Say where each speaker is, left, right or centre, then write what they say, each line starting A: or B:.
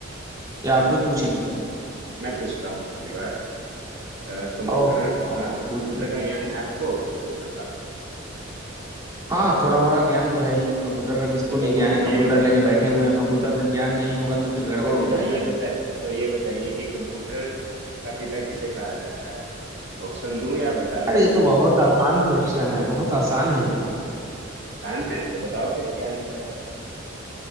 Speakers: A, on the right; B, on the right.
A: या आप ही पूछेंगे
B: मैं पूछता हूँ आपकी बार अ, कंप्यूटर
A: ओके
B: का
A: ओके पूछिए
B: कंप्यूटर का ज्ञान है आपको कंप्यूटर का
A: हाँ थोड़ा मोड़ा ज्ञान तो है ही कंप्यूटर का किसको
B: चलो
A: नहीं ज्ञान है
B: ये
A: कंप्यूटर लेके बैठे हुए हैं कंप्यूटर का ज्ञान नहीं होगा तो फिर गड़बड़ हो
B: चलो
A: जाएगा
B: ये बता तो ये बताइए कि कंप्यूटर का पिता किसे कहा जाता है ऑप्शन दूं या बता दोगे
A: अरे ये तो बहुत आसान क्वेश्चन है बहुत आसान है ये तो
B: आसान है तो बताओ फिर क्या आंसर है